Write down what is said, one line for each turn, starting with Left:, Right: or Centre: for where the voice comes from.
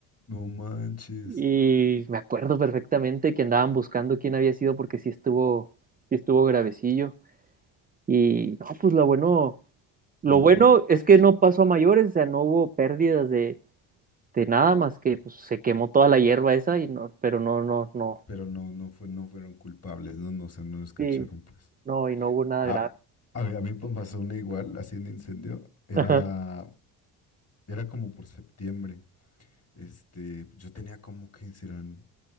Left: No manches.
Right: y me acuerdo perfectamente que andaban buscando quién había sido porque sí estuvo, sí estuvo gravecillo. Y no, pues lo bueno, lo
Left: No,
Right: bueno es que no pasó a mayores, o sea, no hubo pérdidas de de nada más que pues, se quemó toda la hierba esa y no, pero no, no, no,
Left: pero no, no fue, no fueron culpables, no, no, o sea, no los cacharon,
Right: sí,
Left: pues.
Right: no, y no hubo nada
Left: A,
Right: grave.
Left: a mí, a mí me pasó una igual, así en incendio. Era,
Right: Ajá,
Left: era como por septiembre. Este, yo tenía como que serán